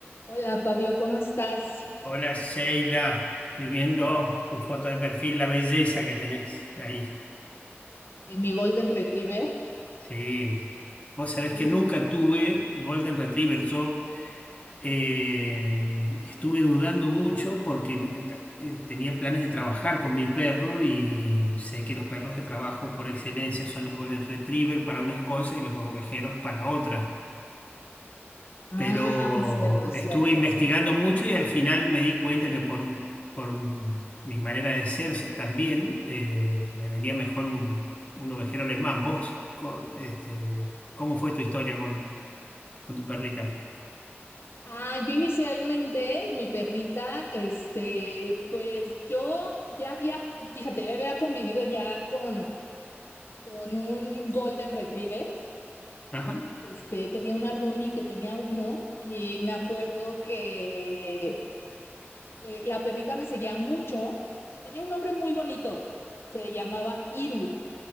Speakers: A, on the left; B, on the left.
A: Hola Pablo, ¿cómo estás?
B: Hola Sheila, estoy viendo tu foto de perfil, la belleza que tenés ahí.
A: De mi Golden Retriever.
B: Sí, vos sabés
A: ¿Te
B: que
A: gusta?
B: nunca tuve Golden Retriever. Yo eh, estuve dudando mucho porque eh, eh, tenía planes de trabajar con mi perro y sé que los perros de trabajo por excelencia son los Golden Retriever para unas cosas y los ovejeros para otras.
A: Ah,
B: pero
A: cierto, cierto.
B: estuve investigando mucho y al final me di cuenta que por, por mi manera de ser también eh, me venía mejor un, un ovejero alemán. Vos, co- este, ¿cómo fue tu historia con, con tu perrita?
A: Ah, yo inicialmente, mi perrita, este, pues yo ya había, fíjate, ya había convivido ya con, con un Golden Retriever.
B: Ajá.
A: Este, tenía una roomie que tenía uno y me acuerdo que eh, la perrita me seguía mucho. Tenía un nombre muy bonito, se llamaba Iru,